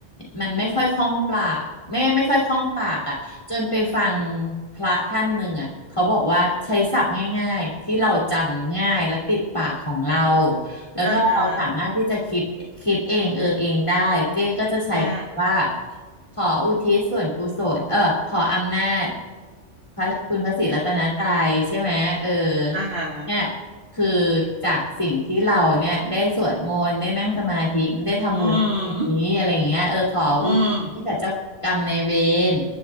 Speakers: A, on the left (about 25°); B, on the right (about 80°).
A: มันไม่ค่อยคล่องปากไม่ไม่ค่อยคล่องปากอ่ะจนไปฟังพระท่านหนึ่งอ่ะเขาบอกว่าใช้ศัพท์ง่ายๆที่เราจำง่ายและติดปากของเรา แล้วก็เราสามารถที่จะคิดคิดเองเออเองได้เจ๊ก็จะใช้คำว่า
B: อ่าฮะอ่า
A: ขออุทิศส่วนกุศลเออขออำนาจพระคุณพระศรีรัตนตรัยใช่ไหมเออ
B: อ่าฮะ
A: เนี่ยคือจากสิ่งที่เราเนี่ยได้สวดมนต์ได้นั่งสมาธิได้ทำบุญ
B: อืม
A: นี้อะไรอย่างเงี้ยเออขออุทิศให้กับเจ้ากรรมนายเวร
B: อืม